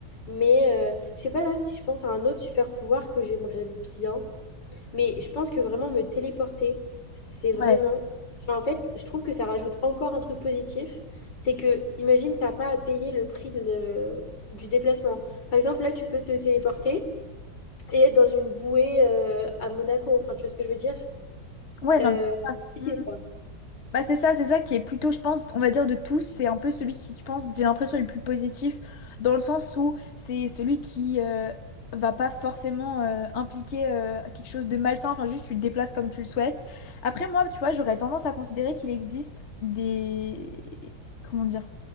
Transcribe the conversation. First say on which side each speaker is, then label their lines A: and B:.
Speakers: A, on the left; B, on the left.
A: Mais euh, je sais pas là, si je pense à un autre super pouvoir que j'aimerais bien. Mais je pense que vraiment me téléporter, c'est
B: Ouais,
A: vraiment... Enfin, en fait, je trouve que ça rajoute encore un truc positif. C'est que, imagine, t'as pas à payer le prix de le- du déplacement. Par exemple, là, tu peux te téléporter et être dans une bouée euh, à Monaco. Enfin, tu vois ce que je veux dire?
B: ouais,
A: Euh,
B: non, mais c'est ça.
A: piscine, quoi.
B: Bah c'est ça, c'est ça qui est plutôt, je pense, on va dire de tous, c'est un peu celui qui, je pense, j'ai l'impression est le plus positif, dans le sens où c'est celui qui euh, va pas forcément euh, impliquer euh, quelque chose de malsain, enfin juste tu le déplaces comme tu le souhaites. Après moi, tu vois, j'aurais tendance à considérer qu'il existe des... comment dire?